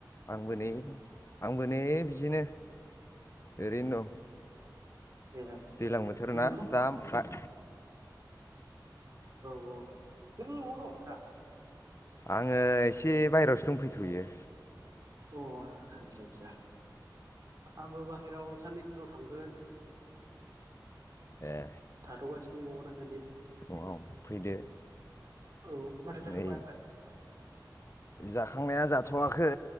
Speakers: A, on the left; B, on the right.
A: आंबो नै आंबो नै बिदिनो ओरैनो दं
B: ए
A: दैज्लां बोथोर
B: नोंथ'
A: ना
B: औ
A: दा आमफ्राय
B: औ औ नों न'आव दं दा
A: आङो एसे बायेरायावसो दंफैथ'यो
B: अ आदसा आदसा आंबो बाहेरायाव साननै उनाव थांगोन
A: ए
B: थाथ'गासिनो न'आव दासानदि
A: न'आव फैदो
B: औ माथो जाखांबाय
A: नै
B: ओमफाय
A: जाखांनाया जाथ'वाखै